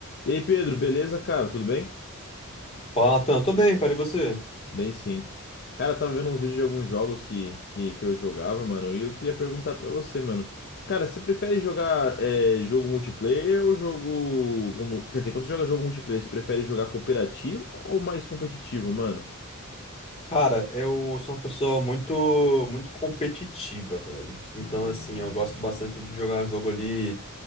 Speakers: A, on the left (about 50°); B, on the left (about 25°).
A: E aí, Pedro, beleza, cara? Tudo bem?
B: Fala, Natan. Tô bem, cara. E você?
A: Bem, sim. Cara, eu tava vendo uns vídeos de alguns jogos que, que, que eu jogava, mano, e eu queria perguntar pra você, mano. Cara, você prefere jogar é, jogo multiplayer ou jogo. como- quer dizer, quando você joga jogo multiplayer, você prefere jogar cooperativo ou mais competitivo, mano?
B: Cara, eu sou uma pessoa muito, muito competitiva, velho. Então,
A: Hum...
B: assim, eu gosto bastante de jogar jogo ali,